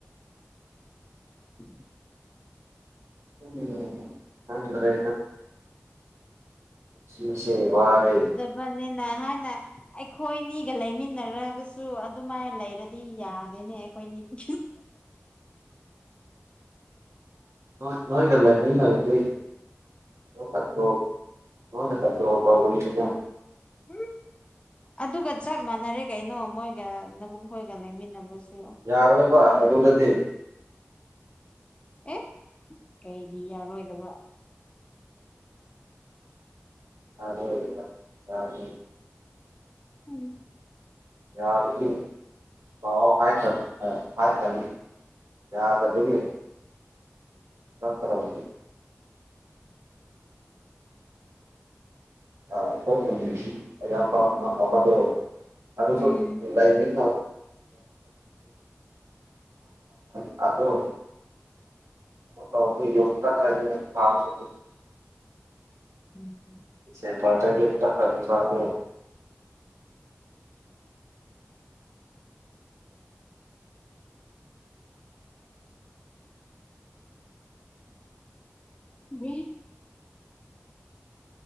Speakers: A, on the left; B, on the right.
A: ꯎꯝ
B: <unintelligible> ꯈꯣꯗ꯭ꯔꯦ ꯁꯨꯁꯦ ꯋꯥꯔꯦ
A: ꯃꯅꯤꯅ ꯍꯥꯏꯅ ꯑꯩꯈꯣꯏꯅꯤꯒ ꯂꯩꯃꯤꯟꯅꯔꯒꯁꯨ ꯑꯗꯨꯃꯥꯏꯅ ꯂꯩꯔꯗꯤ ꯌꯥꯗꯦꯅꯦ ꯑꯩꯈꯣꯏꯅꯤꯗꯤ
B: ꯅꯣꯏꯅꯣꯏꯒ ꯂꯩꯃꯤꯟꯅꯔꯗꯤ <unintelligible> ꯂꯣꯏꯅꯥ ꯀꯟꯇꯔꯣꯜ ꯇꯧꯒꯅꯤꯗꯀꯣ
A: ꯎꯝ ꯑꯗꯨꯒ ꯆꯞ ꯃꯥꯟꯅꯔꯦ ꯀꯩꯅꯣ ꯃꯣꯏꯒ ꯅꯕꯨꯡꯈꯣꯏꯒ ꯂꯩꯃꯤꯟꯅꯕꯁꯨ
B: ꯌꯥꯔꯣꯏꯕ ꯑꯗꯨꯗꯗꯤ
A: ꯑꯦ ꯀꯩꯒꯤ ꯌꯥꯔꯣꯏꯗꯕ
B: ꯌꯥꯗꯦꯕ ꯌꯥꯗꯦ
A: ꯎꯝ
B: ꯌꯥꯔꯗꯤ ꯂꯥꯛꯑꯣ ꯍꯥꯏ ꯈ꯭ꯔ ꯍꯥꯏꯈ꯭ꯔꯝꯅꯤ ꯌꯥꯗꯕꯒꯤ ꯆꯠꯇꯔꯕꯗꯤ <unintelligible> ꯑꯌꯥꯝꯕ <unintelligible> ꯑꯃꯗꯣ ꯑꯗꯨꯁꯨ
A: ꯎꯝ
B: ꯑꯗꯨꯝ ꯂꯩꯃꯤꯟꯅ <unintelligible> <unintelligible> <unintelligible>
A: ꯎꯝ ꯎꯝ
B: ꯗꯤꯁꯝꯕꯥꯔꯗꯒꯤ ꯆꯥꯠꯈ꯭ꯔꯅꯤꯕ ꯑꯗꯨ
A: <inaudible>